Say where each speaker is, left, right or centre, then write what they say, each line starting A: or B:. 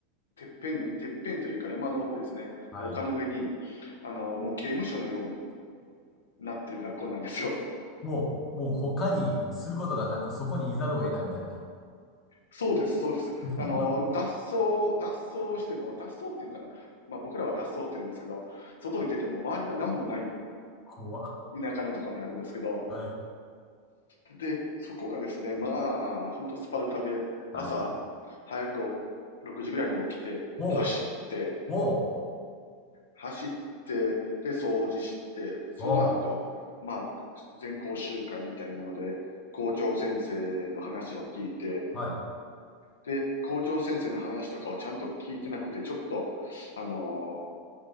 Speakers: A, on the left; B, on the left.
A: てっぺんに、てっぺんというか山の奥ですね、
B: はい。
A: 丘の上に、あの、もう刑務所のようになってる学校なんですよ。
B: もう、もう他にすることがなく、そこにいざるを得ないみたいな。
A: そうです、そうです。
B: <laughs>
A: あの、脱走、脱走しても、脱走っていうのかな。まあ僕らは脱走って言うんですけど、外に出ても周りが何もない
B: 怖っ。
A: 田舎のところにあるんですけど、
B: はい、
A: で、そこがですね、まあ、ほんとスパルタで、
B: はい。
A: 朝早く6時ぐらいに起きて、
B: ほう、
A: 走って、
B: ほう、
A: 走って、で、掃除して、その後、
B: ほ
A: まあ、全校集会みたいなので、校長先生の話を聞いて、
B: う。はい。
A: で、校長先生の話とかをちゃんと聞いてなくて、ちょっと、あの